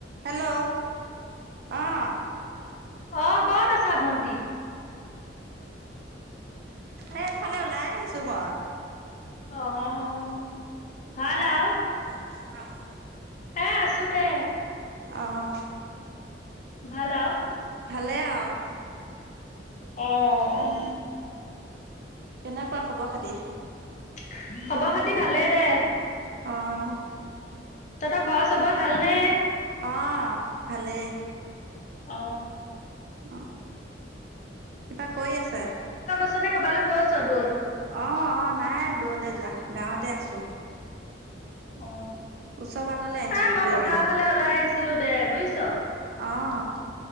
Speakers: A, on the right; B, on the left.
A: Hello আহঁ
B: অঁ কত আছা ভন্টি।
A: এ এফালে ওলাই আহিছো মই।
B: অঁ ভাল আৰু
A: আহঁ।
B: হে আছো দে।
A: আহঁ।
B: ভাল আৰু।
A: ভালে আৰু
B: অঁ
A: কেনেকুৱা খবৰ খাতি।
B: খবৰ খাতি ভালে। দে
A: অঁ।
B: তহঁতৰ ঘৰত চবৰে ভাল নে?
A: আহঁ ভালেই।
B: অ
A: অ কিবা কৈ আছে
B: নে'কবালে গৈছ <unintelligible>
A: অ অ নাই দূৰলে যোৱা গাঁৱতে আছো
B: অ অ
A: ওচৰ বাটলে আহিছো
B: এই মই
A: ফুৰিবলে
B: পথাৰ ফালে ওলাই আহিছিলো দে বুজিছ
A: অঁ